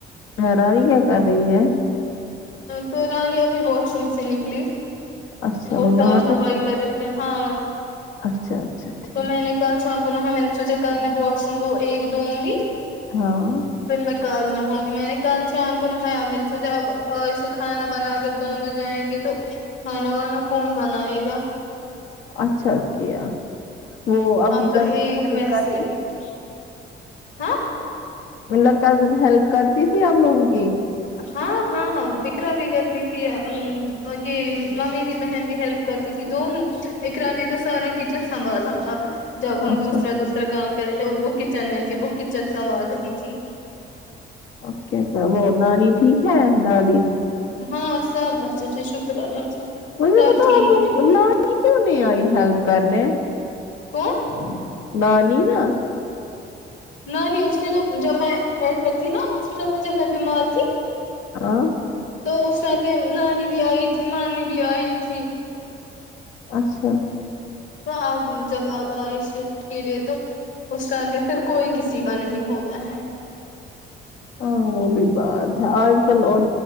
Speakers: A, on the left; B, on the left.
A: حیراری کیا کر رہی ہے
B: تو رانی ابھی واش روم سے نکلی
A: اچھا
B: وہ
A: نہا
B: صاف صفائی
A: رہی،
B: ٹیرے ہاں
A: اچھا اچھا ٹھیک
B: تو میں نے کل شام کو ہے میں نے سوچا کل میں واش روم وہ ایک دھوں گی
A: ہاں
B: پھر میں کل نہاؤ گی میں نے کل شام کو نہایا میر نے سوچا اب اور اسے کھانا بنا اگر دونوں جائیں گے تو کھانا وانا کون بنائے گا
A: اچھا کیا وہ آپ کی
B: تو
A: کزن
B: ایک
A: ہیلپ کرتے
B: <inaudible> ہاں
A: مطلب کزن ہیلپ کرتی تھی آپ لوگوں کی
B: ہاں ہاں اقرا بھی کرتی تھی یہ ممیری بہن بھی ہیلپ کرتی تھی دونوں اقرا نے تو سارا کچن سنبھالا تھا جب ہم
A: اچھا
B: دوسرا دوسرا کام کر رہے تھے وہ کچن میں تھی وہ کچن سنبھال رہی تھی
A: اب کیا کر وہ نانی ٹھیک ہے دادی
B: ہاں سب اچھے سے شکر اللہ کا
A: مجھے
B: سب
A: بتاؤ
B: ٹھیک
A: اب لوگ
B: ہے
A: نانی کیوں نہیں آئی ہیلپ کرنے
B: کون
A: نانی نا
B: نہ نہیں اس نے تو جب میں تھی نا ہاسپٹل میں جب میں بیمار تھی
A: ہاں
B: تو اس رات نانی بھی آئی تھی مامی بھی آئی تھی
A: اچھا
B: تو آپ جب آپ آئے شفٹ کے لیے تو اس ٹائم پھر کوئی کسی کا نہیں ہوتا ہے
A: ہاں وہ بھی بات ہے آج کل اور